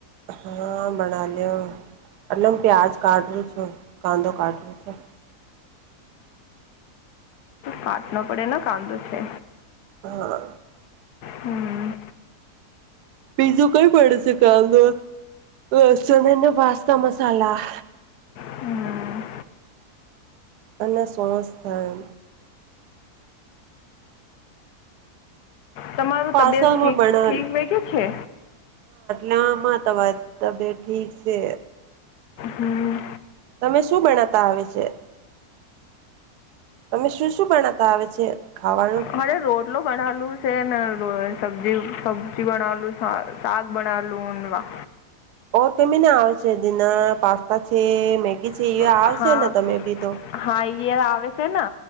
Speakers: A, on the right; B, on the left.
A: હા. બનાલ્યો એટલે હું પ્યાજ કાઢું છું કાંદો કાઢવું છે.
B: કાટ નો પડે ને કાંદો છે.
A: હા.
B: હમ્મ.
A: બીજું કઈ પડે છે, કાદો લસણ હેને પાસ્તા મસાલા
B: હમ
A: અને સોસ ખાય
B: તમારું
A: પાર્સલમાં
B: તબિયત ઠીક
A: બના
B: ઠીક વધ્યું છે.
A: ના માં તમાર તબિયત ઠીક છે.
B: હમ્મ.
A: તમે શું બણાતા આવે છે? તમે શું શું ભણાતા આવે છે? ખાવાનું
B: મારે રોટલો બનાલું છે ને સબજી સબ્જી બનાલું સા સાક બનાલું વા
A: ઓ કેમને આવે છે એ દિના પાસ્તા છે મેગી છે.
B: વા-
A: જ આવશે
B: હા
A: ને તમે બી તો.
B: હા ઈય આવે છે ને.